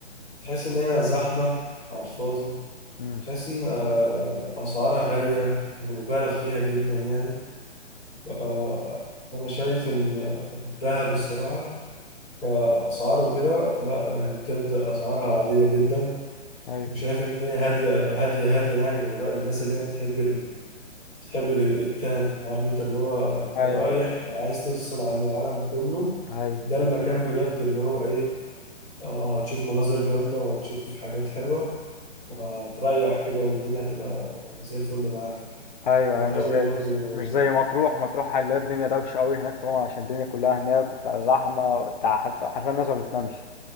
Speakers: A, on the left; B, on the left.
A: تحس إن هي زحمة على الفاضي
B: امم
A: تحس إن آه، أسعارها غالية مبالغ فيها جدا يعني آه، أنا شايف إن دهب الصراحة كأسعار وكده لا يعني بجد أسعارها عادية جدا
B: ايوه
A: وشايف ان هي هاديه هاديه هاديه يعني بغباء للناس اللي هي بتحب ال... بتحب الهدوء التام عارف انت اللي هو انت
B: ايوه
A: رايح عايز تفصل عن العالم كله
B: ايوه
A: ده المكان بجد اللي هو ايه اه هتشوف مناظر جامده وهتشوف حاجات حلوه وهتريح كده والدنيا هتبقى زي الفل معاك
B: ايوه
A: انت
B: أيوة، مش
A: قول
B: زي
A: لي برضو
B: مش مش زي مطروح مطروح هنلاقي الدنيا دوشه قوي هناك طبعا عشان الدنيا كلها هناك وبتاع زحمه بتاع حرف- حرفيا الناس ما بتنامش